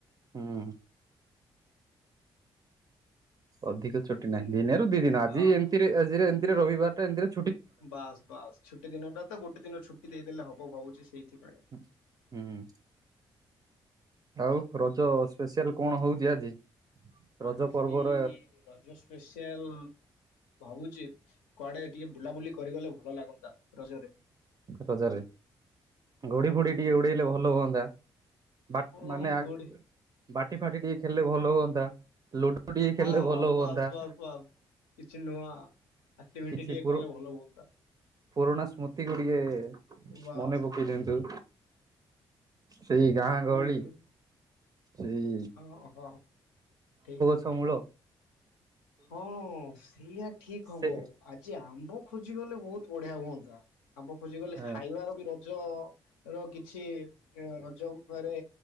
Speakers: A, on the right; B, on the left.
A: ହୁଁ। ଅଧିକ ଛୁଟି
B: ହୁଁ,
A: ନାହିଁ ଦିନେରୁ ଦି ଦିନ ଆଜି
B: ହଁ
A: ଏମିତିରେ ଆଜିରେ ଏମିତିରେ ରବିବାରଟା ଏମିତି
B: ବାସ୍ ବାସ୍ ଛୁଟି ଦିନଟା ତ ଗୋଟେ ଦିନ ଛୁଟି ଦେଇଦେଲେ ହବ ଭାବୁଛି ସେଇଥିପାଇ
A: ହୁଁ। ହୁଁ ଆଉ ରଜ ସ୍ପେସିଆଲ କଣ ହଉଛି ଆଜି? ରଜ
B: ଆଜି
A: ପର୍ବର
B: ରଜ ସ୍ପେସିଆଲ ଭାବୁଛି କୁଆଡେ ଟିକେ ବୁଲାବୁଲି କରିଗଲେ ଭଲ ଲାଗନ୍ତା ରଜରେ।
A: ରଜରେ ଗଡି ଫୁଡି ଟିକେ ଉଡେଇଲେ ଭଲ ହୁଅନ୍ତା ବା
B: ହଁ
A: ମାନେ
B: କୋଉଠି
A: ବାଟି ଫାଟି ଟିକେ ଖେଳିଲେ ଭଲ ହୁଅନ୍ତା ଲୁଡୁ ଟିକେ
B: ହଁ
A: ଖେଳିଲେ ଭଲ
B: ହଁ ବାସ୍
A: ହୁଅନ୍ତା।
B: ବାସ୍ ବାସ୍ କିଛି ନୂଆ ଆକ୍ଟିଭିଟି
A: କିଛି
B: ଟିକେ
A: ପୁର
B: କଲେ ଭଲ ହୁଅନ୍ତା।
A: ପୁରୁଣା ସ୍ମୃତିକୁ ଟିକେ
B: ବାସ୍
A: ମନେ ପକେଇ
B: ବାସ୍
A: ଦିଅନ୍ତୁ ସେଇ ଗାଁ ଗହଳି
B: ହୁଁ ହୁଁ।
A: ସେଇ
B: ହଁ ହଁ ଠିକ।
A: ଶମୁଳ।
B: ହଁ ସେଇଆ ଠିକ ହବ
A: ସେ
B: ଆଜି ଆମ୍ବ ଖୋଜିଗଲେ ବୋହୁତ ବଢିଆ ହୁଅନ୍ତା। ଆମ୍ବ ଖୋଜି ଗଲେ
A: ହଁ
B: ଖାଇବାର ବି ର ରଜ ର କିଛି ରଜ ଉପରେ